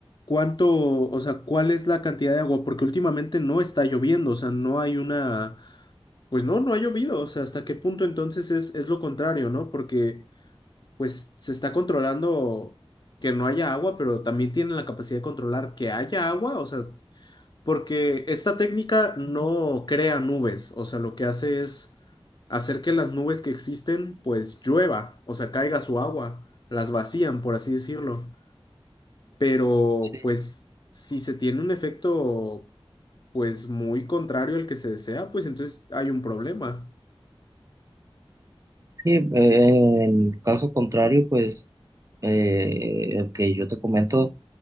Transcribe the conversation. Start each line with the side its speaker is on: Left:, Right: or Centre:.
Left: ¿cuánto, o sea, cuál es la cantidad de agua? Porque últimamente no está lloviendo, o sea, no hay una, pues no, no ha llovido, o sea, ¿hasta qué punto entonces es, es lo contrario, ¿no? Porque pues se está controlando que no haya agua, pero también tienen la capacidad de controlar que haya agua, o sea, Porque esta técnica no crea nubes, o sea, lo que hace es hacer que las nubes que existen pues llueva, o sea, caiga su agua, las vacían, por así decirlo. Pero
Right: Sí.
Left: pues si se tiene un efecto pues muy contrario al que se desea, pues entonces hay un problema.
Right: Sí, eh, en caso contrario, pues eh, el que yo te comento